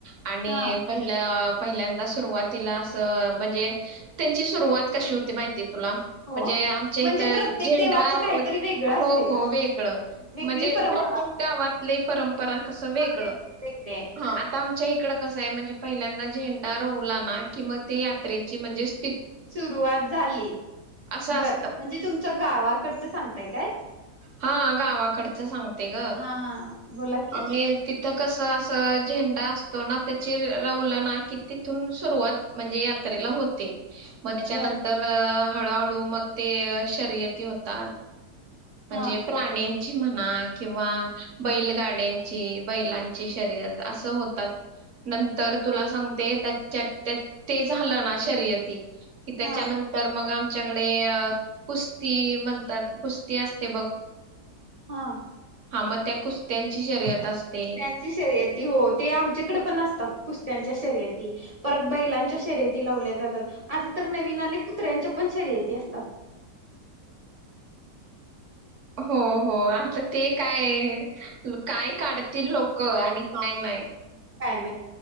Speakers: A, on the right; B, on the right.
A: आणि
B: हा
A: पहिल्या अ पहिल्यांदा सुरुवात तिला असं अ म्हणजे, त्यांची सुरुवात कशी होती माहितीये तुला म्हणजे
B: हो
A: आमच्या
B: म्हणजे
A: इथं
B: प्रत्येक
A: झेंडा
B: देवाचं काहीतरी वेगळं
A: हो
B: असते
A: हो
B: ग
A: वेगळ
B: वेगळी
A: म्हणजे
B: परंपरा
A: प्रत्येक
B: असते
A: गावातले परम पराय कसं वेगळं
B: हा वेगळी वेगळी आहे
A: हा आता आमच्या इकडं कसंय म्हणजे पहिल्यांदा झेंडा रोवला ना कि मग ते यात्रेची म्हणजेच
B: सुरुवात झाली,
A: असं
B: बरं
A: असतं
B: म्हणजे तुमच्या गावाकडच सांगताय काय?
A: हा गावाकडचं सांगते ग
B: हा हा बोला की
A: आणि तिथ कसं असं झेंडा असतो ना, त्याची रवलं ना कि तिथून सुरुवात म्हणजे यात्रेला होते. मग त्याच्यानंतर
B: बर
A: हळूहळू मग ते शर्यती होतात. म्हणजे
B: हा
A: प्राणीं ची म्हणा किंवा बैलगाड्यांची बैलांची शर्यत असं होतात नंतर तुला सांगते, त्याच्या ते झालं ना शर्यती कि त्याच्यानंतर
B: हा
A: मग आम् च्याकडे कुस्ती म्हणतात कुस ती असते बघ.
B: हा.
A: हा मग त्या कुस्त्यांची शर्यत असते.
B: कुत्र्याची शर्यती हो ते आमच्याकडे पण असतात कुस् त्यांच्या शर्यती परत बैलांच्या शर्यती लावल्या जातात, आता तर नवीन आले कुत्र्यांच्या पण शर्यती असतात.
A: हो हो आता ते काय काय काढ तील लोक आणि काय नाही.
B: काय नाही